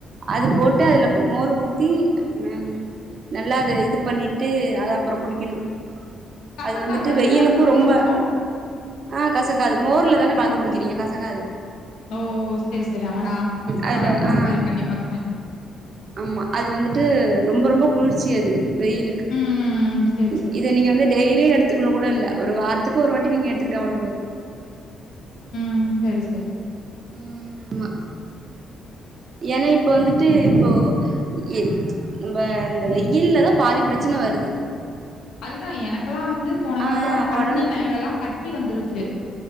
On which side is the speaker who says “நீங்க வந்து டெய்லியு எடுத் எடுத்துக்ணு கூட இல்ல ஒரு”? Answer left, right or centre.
Right